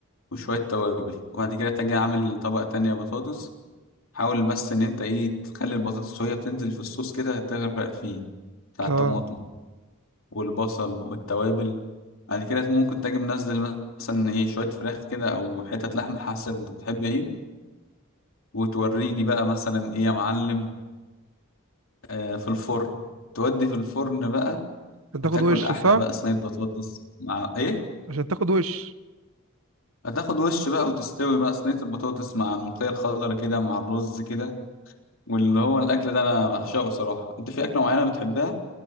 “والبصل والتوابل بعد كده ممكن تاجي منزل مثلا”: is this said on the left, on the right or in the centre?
Left